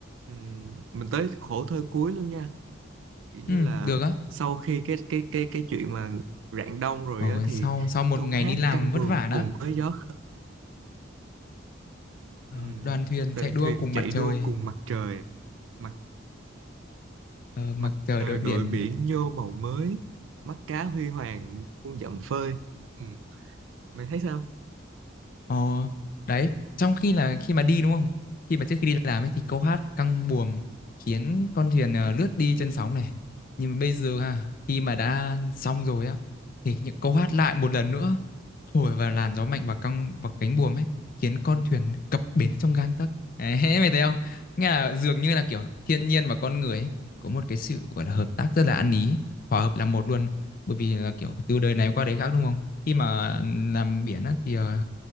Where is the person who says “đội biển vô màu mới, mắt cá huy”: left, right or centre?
Right